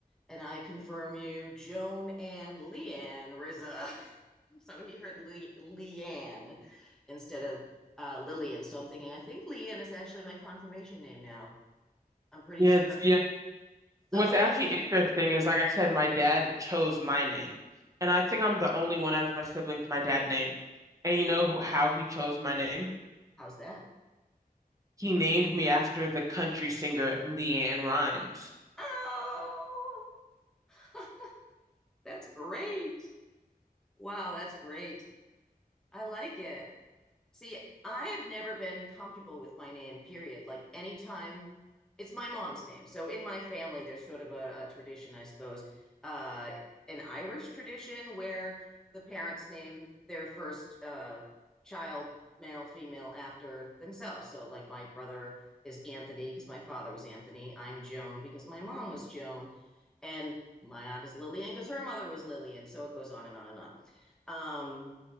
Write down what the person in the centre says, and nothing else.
"And I confirm you, Joan and Leanne Rizza." <laughs> So he heard Le Leanne instead of uh, Lillian. So I'm thinking, I think Leanne is actually my confirmation name now. I'm pretty
sure.
So
how's that?
Oh, <laughs> that's great. Wow, that's great. I like it. See, I've never been comfortable with my name, period. Like anytime it's my mom's name. So in my family, there's sort of a, a tradition, I suppose, uh, an Irish tradition where the parents name their first uh, child, male, female, after themselves. So like my brother is Anthony because my father was Anthony. I'm Joan because my mom was Joan. And my aunt is Lillian because her mother was Lillian. So it goes on and on and on. Um,